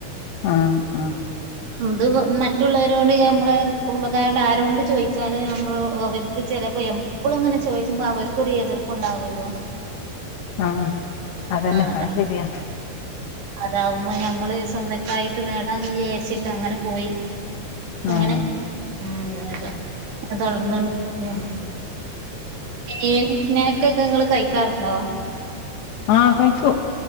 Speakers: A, on the left (about 75°); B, on the right (about 85°).
A: ആഹ് ആഹ്
B: എന്ത് മറ്റുള്ളവരോണ്ട് നമ്മളെ കുടുംബക്കാരട് ആരോണ്ട് ചോദിച്ചാല് നമ്മള് അവർക്ക് ചിലപ്പോ എ ഇപ്പോളും ഇങ്ങനെ ചോദിക്കുമ്പോ അവർക്ക് ഒരു എതിർപ്പ്ണ്ടാവുല്ലോ
A: അഹ് അതന്നെ
B: അത
A: അയ് ശരിയ
B: അതാവുമ്പോ ഞമ്മള് സ്വന്തക്കായിട്ട് നേടാന്ന് വിചാരിച്ചിട്ട് അങ്ങനെ പോയി അങ്ങനെ
A: ആഹ്
B: ഉം അതെ തുടർന്ന് ഉം മീ സ്നക്ക് ഒക്കെ നിങ്ങള് കഴിക്കാറുണ്ടോ
A: ആഹ് കൈക്കു